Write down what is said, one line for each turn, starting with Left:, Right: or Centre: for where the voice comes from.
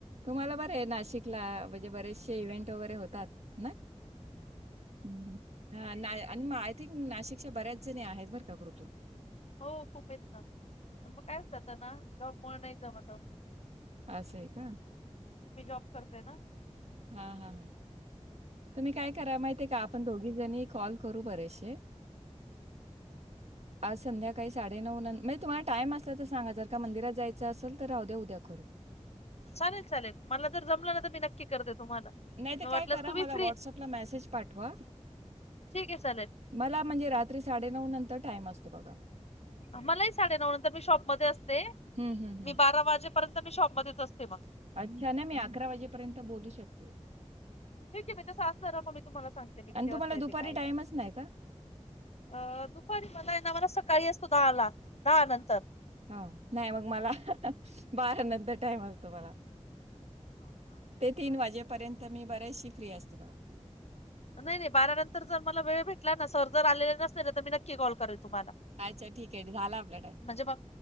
Right: तुम्हाला बरंय नाशिक ला म्हणजे बरेचसे इव्हेंट वगैरे होतात ना हूं हूं अ नाय माय थिंक नाशिकच्या बऱ्याच जणी आहेत बर त्या ग्रुपव
Left: हो खूप येत ना पण म काय होत त्यांना जॉबमुळ नाय जमत अहो
Right: असंय का
Left: मी जॉब करते ना
Right: हा हा हा तुम्ही काय करा माहितीये का आपण दोघी जणी कॉल करू बरेचसे आज संध्याकाळी साडे नऊ नं मये तुम्हाला टाइम असला तर सांगा जर का मंदिरात जायचं असल तर राहूद्या उद्या करू.
Left: चालेल चालेल मला जर जमलं ना तर मी न क्की करते तुम्हाला
Right: नाही तर
Left: म
Right: काय
Left: वाटल्यास
Right: करा
Left: तुमी
Right: मला
Left: फ्री
Right: मेसेज पाठवा.
Left: ठीकये चालेल.
Right: मला म्हणजे रात्री साडेनऊ नंतर टाईम असतो बघा
Left: मला ही साडेनऊ नंतर मी शॉपमध्ये असते
Right: हं, हं, हं.
Left: मी बारा वाजेपर्यंत मी शॉपमध्येच असते म
Right: अच्छा नाय मी अकरा वाजेपर्यंत बोलू शकते.
Left: ठीकये मी तस असलं म मी तुम्हाला सांगते मी किती
Right: आणि तुम्हाला
Left: वाजता येते
Right: दुपारी
Left: काय
Right: टाईमच
Left: ते
Right: नाही का?
Left: अ दुपारी मला ये ना मला सकाळी असतो दहाला दहा नंतर
Right: हा नाय मग मला बारा नंतर टाईम असतो मला ते तीन वाजेपर्यंत मी बऱ्याचशी फ्री असते बघा
Left: नाय नाय बारा नंतर जर मला वेळ भेटला ना सर जर आलेले नसले ना तर मी नक्की कॉल करेल तुम्हाला
Right: अच्छा ठीकये झाला आपला टाईम.
Left: म्हणजे मग